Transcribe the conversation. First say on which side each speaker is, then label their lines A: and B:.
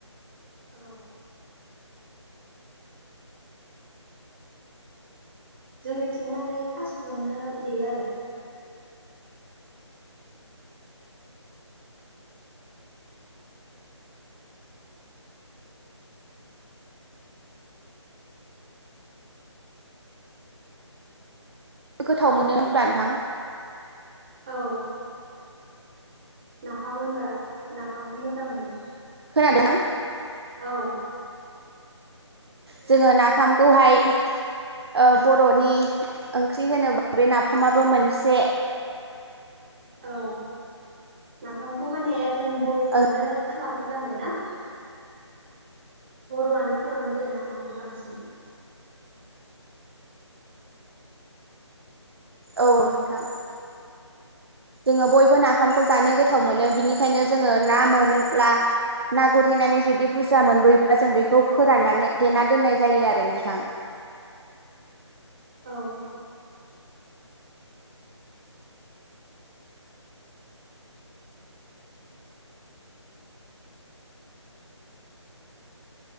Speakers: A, on the right; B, on the right.
A: औ। जोंनिथिं माने थासजोंनो देयो आरो।
B: गोथाव मोनो होनब्ला नोंथां?
A: औ। नाफाम होनबा नाफामखौ मोजां मोनो।
B: खोनादों ना?
A: औ।
B: जोङो नाफामखौहाय ओ बर'नि ओंख्रि होनोबा बे नाफामाबो मोनसे।
A: औ नाफामखौ माने जों बर'फ्रानो
B: ओं
A: खालाम मोजां देना बर'आनो खालामो देना नाफामखौ बांसिन।
B: औ नोंथां जोङो बयबो नाफामखौ
A: औ
B: जानो गोथाव मोनो बिनिखायनो जोङो ना मोनोब्ला ना गुरहैनानै जुदि बुरजा मोनबोयोब्ला जों बेखौ फोराननानै देना दोननाय जायो आरो नोंथां।
A: औ।